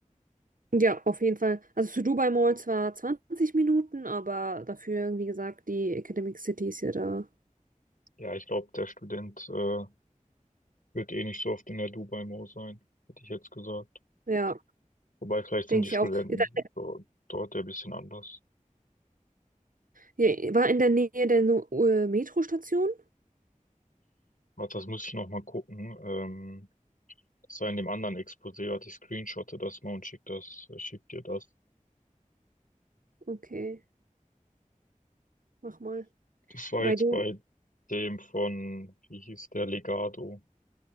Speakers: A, on the right; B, on the left.
A: Ja, auf jeden Fall. Also zu Dubai Mall zwar 20 Minuten, aber dafür, wie gesagt, die Academic City ist ja da.
B: Ja, ich glaube, der Student äh, wird eh nicht so oft in der Dubai Mall sein, hätte ich jetzt gesagt.
A: Ja,
B: Wobei, vielleicht sind
A: denke
B: die
A: ich
B: Studenten
A: auch. Ist da-
B: do- dort ja ein bisschen anders.
A: hier, War in der Nähe der Nu- äh, Metrostation?
B: Warte, das muss ich noch mal gucken. Ähm, das war in dem anderen Exposé, warte, ich screenshotte das mal und schick das, äh, schick dir das.
A: Okay, mach mal.
B: Das war
A: Bei
B: jetzt
A: dem,
B: bei dem von, wie hieß der, Legado.